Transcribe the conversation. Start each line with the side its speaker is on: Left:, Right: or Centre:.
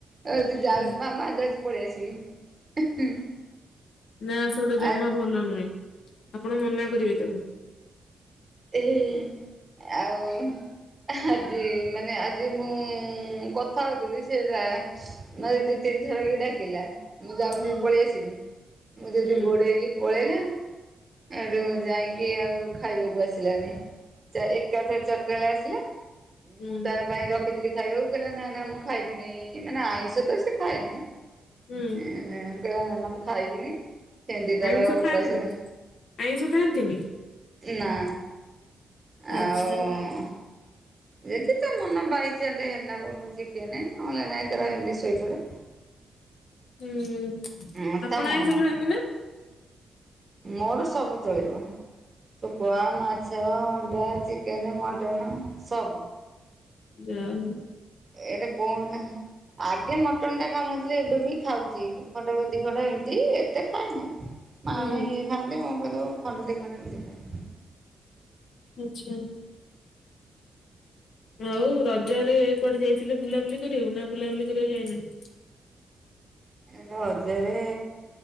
Right: କହୁଚି ଯାଉଚି
Left: ହୁଁ
Right: ମାମା ଯାଉଚି ପଳେଇ ଆସିବି।
Left: ନା ସେଗୁଡା ଜମା
Right: ଆ
Left: ଭଲ ନୁହେଁ। ଆପଣ ମନା କରିବେ ତାକୁ।
Right: ଏହେ ଆଉ ଆଜି ମାନେ ଆଜି ମୁଁ କଥା ହଉଥିଲି ସେ ତା ମତେ ଦି ତିନି ଥର କି ଡାକିଲା। ମୁଁ ଯାଉଚି
Left: ହୁଁ
Right: ପଳେଇ ଆସିବି। ମୁଁ ଯେମତି
Left: ହୁଁ
Right: ଗୋଡେଇଲି ପଳେଇଲା। ହେଠୁ ଯାଇକି ଆଉ ଖାଇବାକୁ ଆସ ଆସିଲାନି। ଏକାଥରେ ଚାରଟା ବେଳେ ଆସିଲା।
Left: ହୁଁ
Right: ମୁଁ ତା ପାଇଁ ର ଖିଥିଲି ଖାଇବାକୁ କିହିଲା ନାଇଁ ନାଇଁ ମୁଁ ଖାଇବିନି। ମାନେ ଆଇଁଷ ତ ସେ ଖାଏନି।
Left: ହୁଁ
Right: କହିଲା ମାମା ମୁଁ ଖାଇବିନି। ସେନ୍ତି ତାର
Left: ଆଇଁଷ
Right: ଉପାସ
Left: ଖାଆନ୍ତି? ଆଇଁଷ ଖାଆନ୍ତିନି?
Right: ନା
Left: ଆଚ୍ଛା
Right: ଆଉ ଯଦି ତା ମନ ବାଇଚାନ୍ସ ହେଲା କୋଉଦିନ ଚିକେନେ ନହେଲେ ନାଇଁ ତାର ହେମିତି ଶୋଇପଡେ।
Left: ହୁଁ।
Right: ହଁ
Left: ଆପଣ
Right: ତା ମନ
Left: ଆଇଁଷ ଖାଆନ୍ତି ନା?
Right: ମୋର ସବୁ ଚଳିବ। ଶୁଖୁଆ ମାଛ ଅଣ୍ଡା ଚିକେନେ ମଟନ୍ ସବୁ।
Left: ଜ୍ୟାହିଁ।
Right: ଏଇଟା କଣ? ଆଗେ ମଟନ ଟା ଖାଉନଥିଲେ ଏବେ ବି ଖାଉଛି ଖଣ୍ଡ ଦି ଖଣ୍ଡ ଏମିତି ଏତେ ଖାଇନି। ମାଣେ
Left: ହୁଁ।
Right: ଇଏ ଖଆନ୍ତି ମୋ କିନ୍ତୁ ଖଣ୍ଡ ଦୀ ଖଣ୍ଡ ଏମିତି ଖଏ।
Left: କିଛି। ଆଉ ରଜରେ କୁଆଡେ ଯାଇଥିଲେ ବୁଲାବୁଲି କରିବାକୁ ନା ବୁଲାବୁଲି କରିବାକୁ ଯାଇନାଁ?
Right: ରଜରେ